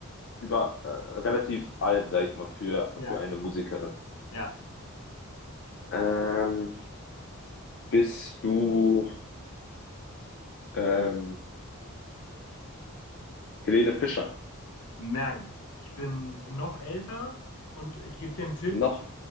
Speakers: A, on the left (about 55°); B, on the left (about 75°).
A: über äh, relativ alt, sag ich mal, für,
B: ja,
A: für eine Musikerin?
B: ja.
A: Ähm, Bist du ähm, Helene Fischer?
B: Nein, ich bin noch älter und ich gebe dir einen Tipp.
A: Noch?